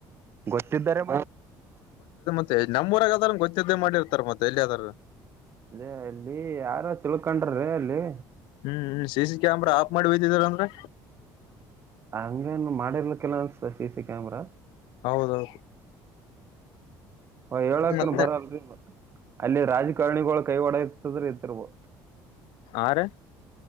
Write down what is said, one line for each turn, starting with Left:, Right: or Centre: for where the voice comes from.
Right: ಗೊತ್ತಿದ್ದಾರೆ
Left: ಮತ್ತ ನಮ್ಮ್ಊರಾಗದಾರ ಗೊತ್ತಿದ್ದೆ ಮಾಡಿರ್ತಾರೆ ಮತ್ತೆ ಎಲ್ಲಿದಾರೂ
Right: ಅದೇ ಅಲ್ಲಿ ಯಾರು ತಿಳ್ಕೊಂಡ್ರ್ರೀ ಅಲ್ಲಿ
Left: ಹ್ಮ್್ಮ ಸೀಸ ಕೆಾಮರ ಆಪ್ ಮಾಡವಿಿದ್ದರ ಅಂದ್ರೆ
Right: ಹಂಗೇನು ಮಾಡಿರ್ಲ ಕೆಲ್ಲ ಅನ್ಸತ ಸಿ ಸಿ ಕ್ಯಾಮರಾ
Left: ಹೌದೌದು
Right: ಹ ಹೇಳಾಕನ್
Left: ಮತ್ತೆ
Right: ಬರಲ್ರಿ ಮತ್ತ ಅಲ್ಲಿ ರಾಜಕಾರಣಿಗಳು ಕೈ ಒಡ ಇತದ್ರ ಇತಿರ್ಬೋ
Left: ಆರ